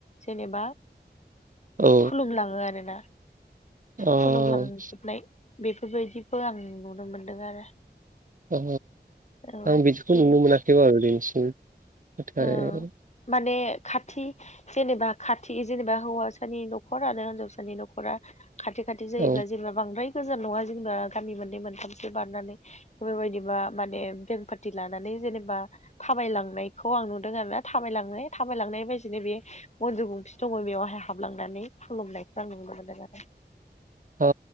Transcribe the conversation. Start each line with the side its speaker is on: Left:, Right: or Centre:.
Left: जेनेबा
Right: औ
Left: खुलुमलाङो आरोना
Right: अ
Left: खुलुमलांजोबनाय बेफोरबायदिबो आं नुनो मोनदों आरो
Right: अ
Left: औ
Right: आं बिदिखौ
Left: बे
Right: नुनो मोनाखैब आरो दिनैसिम नाथाय
Left: ओ माने खाथि जेनेबा खाथि जेनेबा हौवाासानि न'खर आरो हिनजावसानि न'खरा खाथि खाथि जायोब्ला
Right: औ
Left: जेनेबा बांद्राय गोजान नङा जेनेबा गामि मोननै मोनथामसो बारनानै बेफोरबायदिबा माने बें पार्टि लानानै जेनेबा थाबायलांनाय खौ आं नुदों आरो ना थाबायलांनाय थाबायलांनाय बायदिनो बेयो मन्दिर गंसे दङ बेवहाय हाबलांनानै खुलुमनायखौ आं नुनो मोनदों आरो
Right: ओ